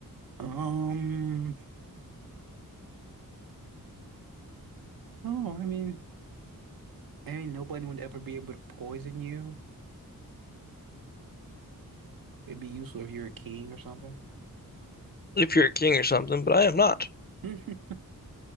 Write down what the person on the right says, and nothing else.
Um, oh, I mean, I mean, nobody would ever be able to poison you. It'd be useful if you're a king or something.
<laughs>